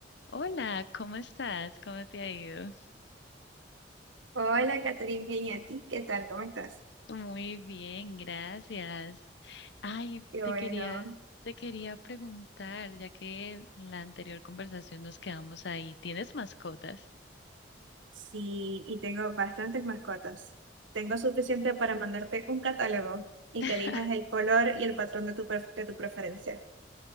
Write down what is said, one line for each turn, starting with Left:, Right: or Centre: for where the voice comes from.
Left: Hola, ¿cómo estás? ¿Cómo te ha ido?
Right: Hola, Catherine, bien, ¿y a ti? ¿Qué tal? ¿Cómo estás?
Left: Muy bien, gracias. Ay,
Right: Qué
Left: te
Right: bueno.
Left: quería, te quería preguntar, ya que en la anterior conversación nos quedamos ahí. ¿Tienes mascotas?
Right: Sí, y tengo bastantes mascotas. Tengo suficiente para mandarte un catálogo y
Left: <laughs>
Right: que elijas el color y el patrón de tu, pref- de tu preferencia.